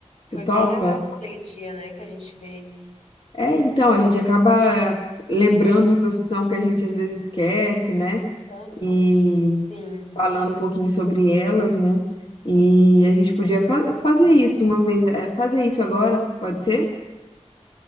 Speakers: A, on the left; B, on the left.
A: você
B: Foi
A: topa?
B: bem legal aquele dia, né, que a gente fez.
A: É, então, a gente acaba lembrando de profissão que a gente às vezes esquece, né?
B: Aham.
A: E
B: Sim,
A: falando um pouquinho sobre elas, né? E a gente podia fa- fazer
B: é.
A: isso uma vez, é, fazer isso agora, pode ser?